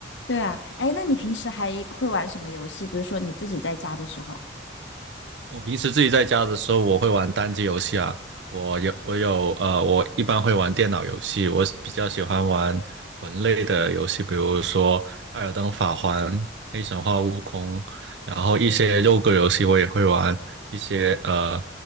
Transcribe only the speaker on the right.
我平时自己在家的时候，我会玩单机游戏啊。我有我有呃，我一般会玩电脑游戏，我比较喜欢玩魂类的游戏，比如说《艾尔登法环》《黑神话：悟空》，然后一些肉鸽游戏我也会玩，一些呃，